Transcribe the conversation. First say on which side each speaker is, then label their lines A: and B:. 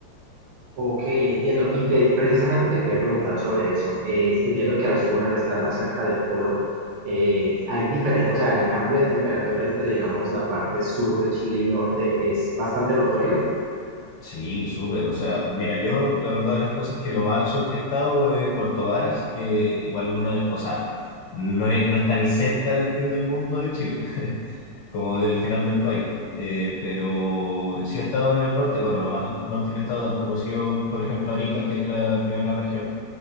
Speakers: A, on the right; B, on the left.
A: Ok, entiendo. Y te- precisamente te quería preguntar sobre eso. Eh, entiendo que al sur, al estar más cerca del polo, eh, hay diferencia, o sea, el cambio de temperatura entre, digamos, la parte sur de Chile y norte es bastante notorio.
B: Sí, súper. O sea, mira, yo la verdad de las cosas es que lo más al sur que he estado es Puerto Varas, que igual no es- o sea, no es- no está ni cerca del fin del mundo de Chile, <laughs> como del final del país. Eh, pero sí he estado en el norte, bueno, lo más norte que he estado tampoco ha sido, por ejemplo, Arica, que es la primera región